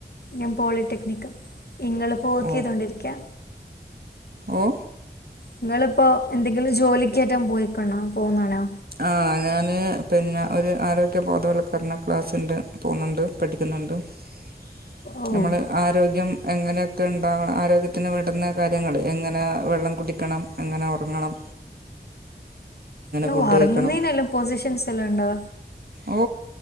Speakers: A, on the left (about 65°); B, on the right (about 60°).
A: ഞാൻ പോളിടെക്നിക്ക്. ഇങ്ങള്പ്പോവെക്
B: ഓ
A: ചെയ്തൊണ്ടിരിക്കാ?
B: ഓ
A: നിങ്ങളിപ്പോ എന്തെങ്കിലും ജോലിക്കോറ്റൊ പോയിക്കണോ പോന്നാണോ?
B: ആ ഞാന് പിന്നെ ഒരു ആരോഗ്യബോധവൽക്കരണ ക്ലാസ്സിണ്ട് പോന്നുണ്ട് പഠിക്കുന്നുണ്ട് ണ്ട്
A: ഓ
B: നമ്മള് ആരോഗ്യം എങ്ങനെയൊക്കെ ഉണ്ടാവണം ആരോഗ്യത്തിന് വേണ്ടുന്ന കാര്യങ്ങൾ എങ്ങനെ വെള്ളം കുടിക്കണം എങ്ങനെ ഒറങ്ങണം
A: ന്
B: ഫുഡ്
A: ഒറങ്ങുന്നേനല്ലാം
B: കഴിക്കണം
A: പൊസിഷൻസ് എല്ലാം ഉണ്ടോ?
B: ഓ